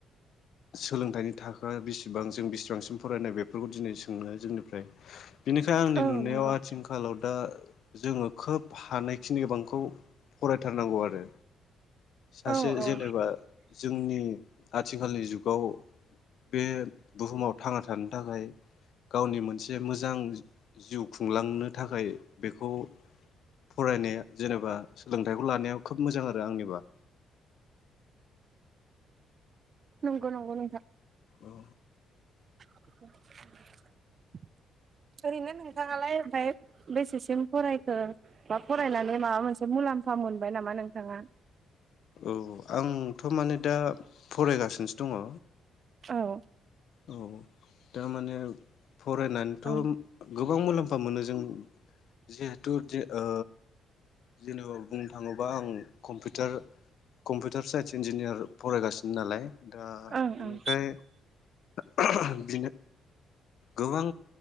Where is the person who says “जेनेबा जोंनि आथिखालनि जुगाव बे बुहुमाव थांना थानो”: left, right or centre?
Left